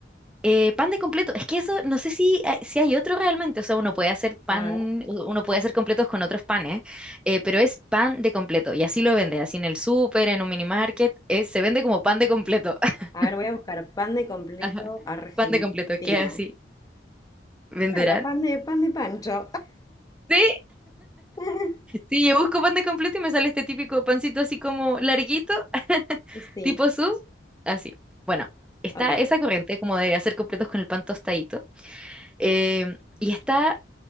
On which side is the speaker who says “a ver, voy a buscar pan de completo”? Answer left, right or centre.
Left